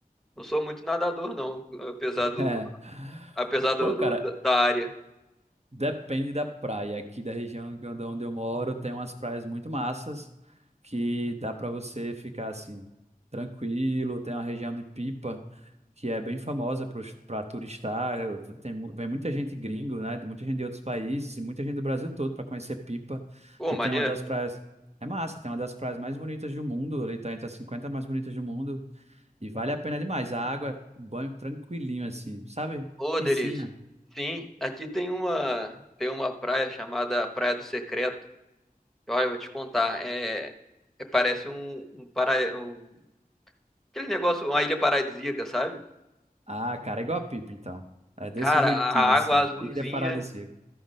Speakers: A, in the centre; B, on the right.
A: não sou muito nadador, não, apesar
B: <laughs>
A: do
B: é.
A: apesar do,
B: Pô,
A: do-
B: cara,
A: da da área.
B: depende da praia. Aqui da região que eu- onde eu moro, tem umas praias muito massas que dá pra você ficar assim, tranquilo. Tem uma região de Pipa. que é bem famosa para turistar. eu- Tem, mu- vem muita gente gringo, né? de Muita gente de outros países e muita gente do Brasil todo para conhecer Pipa,
A: Ô,
B: porque
A: maneiro.
B: tem uma das praias. É massa, tem uma das praias mais bonitas do mundo, ali tá entre as 50 mais bonitas do mundo, e vale a pena demais. A água é um banho tranquilinho, assim, sabe?
A: Ô,
B: Piscina.
A: delícia. Sim, aqui tem uma tem uma praia chamada Praia do Secreto. Olha, eu vou te contar, é, é- parece um um, para, um aquele negócio, uma ilha paradisíaca, sabe?
B: Ah, cara, é igual a Pipa, então. É desse
A: Cara,
B: jeitinho,
A: a
B: assim.
A: água azulzinha,
B: Ilha Paradisíaca.